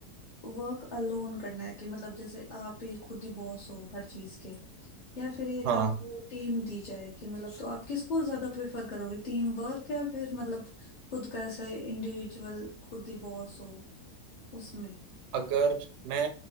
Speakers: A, on the left; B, on the right.
A: वर्क अलोन करना है कि मतलब जैसे आप ही खुद ही बॉस हो हर चीज के या फिर एक
B: हाँ
A: आपको टीम दी जाए कि मतलब तो आप किसको ज्यादा प्रेफर करोगे टीम वर्क या फिर मतलब खुद का ऐसे इंडिविजुअल खुद ही बॉस हो उसमें
B: अगर मैं